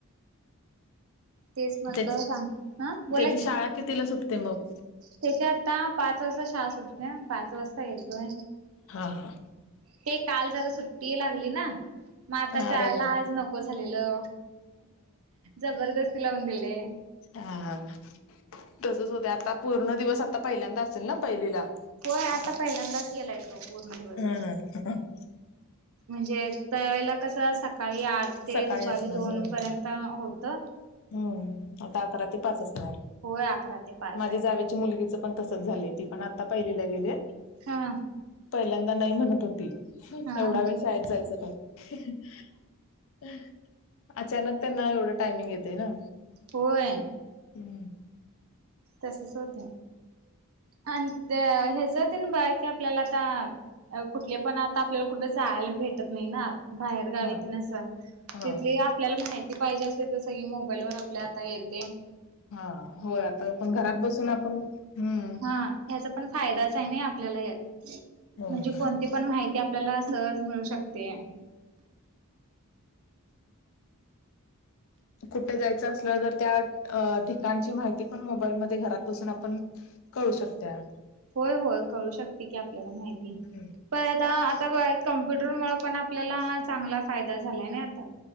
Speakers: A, on the right; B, on the left.
A: तेच म्हटलं
B: त्याची
A: सांग हं बोला
B: त्याची
A: की
B: शाळा कितीला सुटते मग
A: त्याच्या आता पाच वाजष शाळा सुटते पाच वाजता येतोय
B: हा हा
A: ते काल जरा सुट्टी लागली ना मग आता
B: हा
A: जायला
B: रवी
A: आज नको झालेलं जबरदस्ती लावून दिले
B: हा तसच होत आता पूर्ण दिवस आता पहिल्यांदा असेल ना पहिलीला
A: होय आता पहिल्यांदाच गेलाय तो पूर्ण दिवस
B: हम
A: म्हणजे त्यावेळेला कस सकाळी आठ ते
B: सकाळी
A: दुपारी
B: असणार
A: दोन
B: हो
A: पर्यंत होत तर
B: हम्म आता अकरा ते पाच असणार
A: होय अकरा ते पाच
B: माझ्या
A: आहे
B: जावेची मुलगीच पण तस त पण आता पहिलीला गेली
A: हा
B: पहिल्यांदा नाही म्हणत होती
A: हा हा
B: एवढा वेळ शाळेत जायचं पण अचानक त्यांना एवढं टायमिंग येते ना
A: होय
B: हम्म
A: तसच होत आणि हेात ना बा की आपल्याला आता अ कुठले पण आता आपल्याला कुठे जायला भेटत नाही ना बाहेर गावीत
B: हा
A: नस
B: हा
A: तिथली आपल्याला माहिती ती पाहिजे असते तर सगळी मोबाईल वर आपल्या आता येते
B: हा हो आता पण घरात बसून आपण हम्म
A: हा ह्याचा पण फायदाच आहे ना आपल्याला या
B: होय
A: म्हणजे
B: होय.
A: कोणती पण माहिती. आपल्याला सहज मिळू शकते.
B: कुठे जायचं असलं तर त्या अं ठिकाणची माहिती पण मोबाईलमध्ये घरात बसून आपण. कळू शकत्या.
A: होय होय कळू शकते की आपल्याला माहिती
B: हम्म
A: पण आता आता बघा की. कम्प्युटरमुळ पण आपल्याला चांगला फायदा झालाय ना आता.